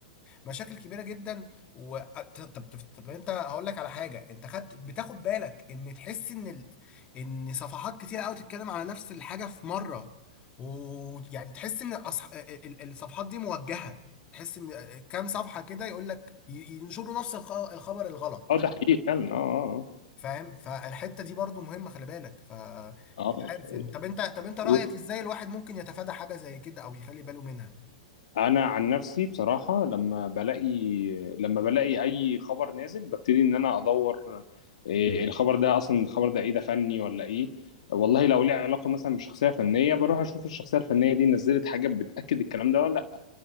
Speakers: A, on the left; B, on the left.
A: مشاكل كبيره جدا و... طب, طب, طب انت هقول لك على حاجه انت خدت بتاخد بالك ان تحس ان ال... ان صفحات كتير قوي تتكلم على نفس الحاجه في مره ويعني تحس ان الأصح... ال- ال- الصفحات دي موجهه تحس ان كام صفحه كده يقول لك ي- ينشروا نفس الخ... الخبر الغلط
B: اه ده حقيقي فعلا اه
A: فاهم فالحته دي برضو مهمه خلي بالك فمش
B: اه
A: عارف
B: اه
A: يعني طب انت طب انت رايك
B: آه.
A: ازاي الواحد ممكن يتفادى حاجه زي كده او يخلي باله منها
B: انا عن نفسي بصراحه لما بلاقي لما بلاقي اي خبر نازل ببتدي ان انا ادور إيه الخبر ده اصلا الخبر ده ايه ده فني ولا ايه والله لو ليه علاقه مثلا بشخصيه فنيه بروح اشوف الشخصيه الفنيه دي نزلت حاجه بتاكد الكلام ده ولا لا